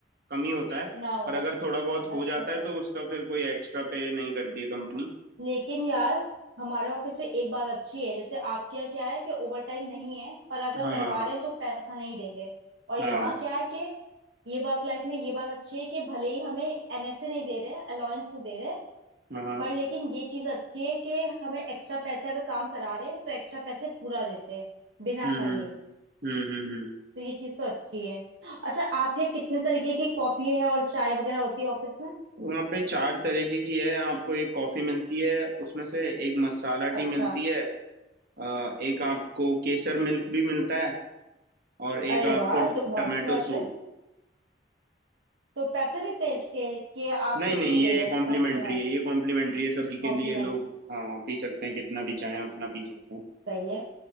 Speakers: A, on the right; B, on the right.
A: कम ही होता है
B: ना हो
A: पर अगर थोड़ा बहुत हो
B: अच्छा
A: जाता
B: अच्छा
A: है तो उसका फिर कोई एक्स्ट्रा पे नहीं करती है कंपनी
B: लेकिन यार हमारे ऑफिस में एक बात अच्छी है जैसे आपके यहाँ क्या है कि ओवर टाइम नहीं है पर अगर
A: हाँ
B: करवा रहे हैं तो पैसा नहीं देंगे और यहाँ
A: हाँ
B: क्या है कि ये वर्क लाइफ में ये बात अच्छी है कि भले ही हमें एनएसए नहीं दे रहे हैं अलाउंस नहीं दे रहे हैं,
A: हाँ
B: पर लेकिन ये चीज अच्छी है कि हमें एक्स्ट्रा पैसे अगर काम करा रहे हैं तो एक्स्ट्रा पैसे पूरा देते हैं बिना
A: हम्म हम्म
B: कहे
A: हम्म हम्म हम्म।
B: तो ये चीज तो अच्छी है अच्छा आप ये कितने तरीके की कॉफी है और चाय वगैरह होती है ऑफिस में
A: वहाँ पे चार तरीके की है आपको एक कॉफी मिलती है उसमें से एक मसाला
B: अच्छा
A: टी मिलती है अ, एक आपको केसर मिल्क भी मिलता है और एक
B: अरे
A: आपको
B: वाह ये तो बहुत
A: टमाटो
B: अच्छी बात
A: सूप
B: है तो पैसे लेते हैं इसके कि आपको
A: नहीं
B: फ्री
A: नहीं
B: दे
A: ये
B: रहे
A: कॉम्प्लीमेंट्री
B: हैं कंपनी वाले
A: है ये कॉम्प्लीमेंट्री है सभी के
B: कॉम्प्लीमेंट्री
A: लिए लोग हाँ पी सकते हैं कितना भी चाहें उतना पी सकते हैं
B: सही है